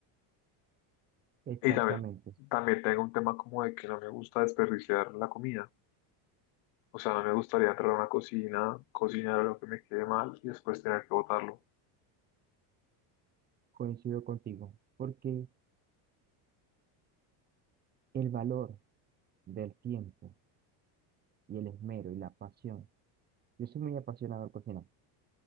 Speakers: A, on the right; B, on the left.
A: Exactamente,
B: Y también, también tengo un tema como de que no me gusta desperdiciar la comida. O sea, no me gustaría entrar a una cocina, cocinar algo que me quede mal y después tener que botarlo.
A: coincido contigo, porque el valor del tiempo y el esmero y la pasión. Yo soy muy apasionado al cocinar.